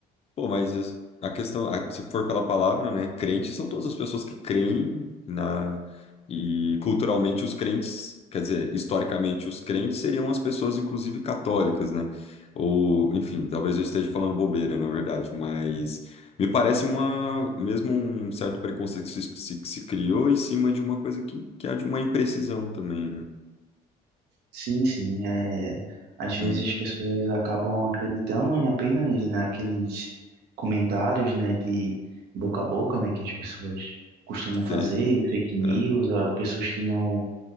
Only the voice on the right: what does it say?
sim, sim, é, às vezes
as pessoas acabam acreditando em apenas, né, aqueles comentários, né, de boca a boca, né, que as pessoas costumam
fazer, fake news,
ah, pessoas que não